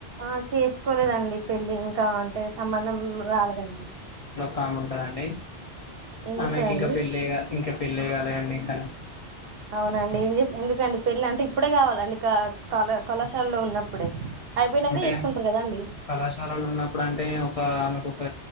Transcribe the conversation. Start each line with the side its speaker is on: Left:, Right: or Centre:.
Right: ఆ చేసుకోలేదండి పెళ్ళి ఇంకా అంటే సంబంధం రాలేదండి
Left: కామ్ ఉంటదండి
Right: ఏం
Left: ఆమెకి
Right: చేస్తదండి
Left: ఇంకా పెళ్లి ఇంకా పెళ్ళయ కలి అండి ఇంకానీ
Right: అవునండి ఏం ఎందుకండి పెళ్ళి అంటే ఇప్పుడే కావాలండి కళ కళాశాలలో ఉన్నప్పుడే అయిపోయినాక
Left: అంటే
Right: చేసుకుంటారు కదా అండి
Left: కళాశాలలు ఉన్నప్పుడు అంటే ఒక ఆమెకు ఒక